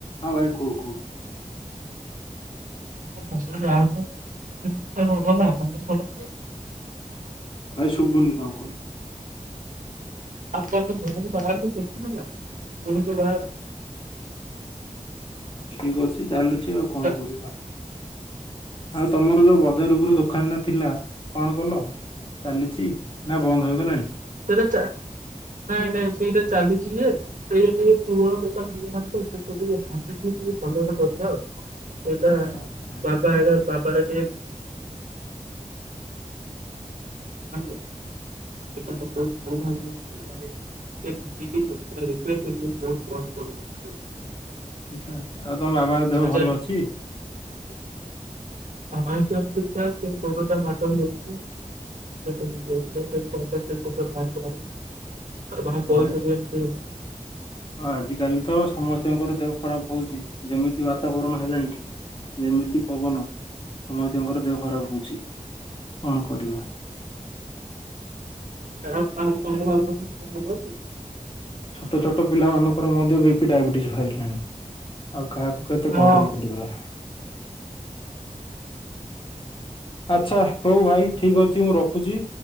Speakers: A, on the left; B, on the right.
A: ହଁ ଭାଇ କୁହ କୁହ।
B: <unintelligible> ହବନା ସମ୍ପର୍କ ଭଲ ତ?
A: ଭାଇ ଶୁବୁନି କଣ କହିଲୁ।
B: ଆପଣଙ୍କ ଭଉଣି ବାହାଘର କେମତି ହେଲା ଭ‌ଉଣୀଙ୍କ ବାହାଘର?
A: ଠିକ୍ ଅଛି ଚାଲୁଚି ଆଉ
B: ବାହାଘର
A: କଣ କରିବା। ଆଉ ତମର ଯୋଉ ବଜାର ଉପରେ ଦୋକଖାନଟା ଥିଲା କଣ କଲ? ଚାଲିଚି ନା ବନ୍ଦ ହେଇଗଲାଣି।
B: ସେଇଟା ଚା ନାଇଁ ନାଇଁ ସେଇଟା ଚାଲିଛି ଯେ ସେ ଟିକେ ପୁରୁଣା ଦୋକାନ ହେଇଗଲାଣି ତ ସେଥିପାଇଁ ଟିକେ ଭାବିକିି ଟିକେ କଲର ଦବା ଆଉ। ଏଇଟା
A: ଆଚ୍ଛା ଆଚ୍ଛା ଆଚ୍ଛା
B: ବାପାର <unintelligible> <unintelligible> <unintelligible> <unintelligible>
A: ଆଚ୍ଛା ଆଚ୍ଛା ଆଉ ତମ ବାବାଙ୍କ ଦେହ
B: ସଜା
A: ଭଲ ଅଛି?
B: <unintelligible> <unintelligible> ଆରେ ଭାଇ ପଇସା ବି ଏମିତି
A: ଭାଇ?
B: ହେଲା
A: ହଁ ଆଜ କାଲି ତ ସମସ୍ତଙ୍କର ଦେହ ଖରାପ ହୋଉଚି ଯେମିତି ବାତାବରଣ ହେଲାଣି। ଯେମିତି ପବନ ସମସ୍ତଙ୍କର ଦେହ ଖରାପ ହୋଉଚି କଣ କରିବା।
B: <unintelligible> ଭଲ ଅଛି?
A: ଛୋଟ ଛୋଟ ପିଲାମାନଙ୍କର ମଧ୍ୟ ବିପି, ଡାଇବେଟିସ୍ ବାହାରିଲାଣି। ଆଉ କାହାକୁ କେତେ
B: ହଁ
A: କଣ୍ଟ୍ରୋଲ କରିବା। ଆଚ୍ଛା ହୋଉ ଭାଇ ଠିକ୍ ଅଛି ମୁଁ ରଖୁଚି।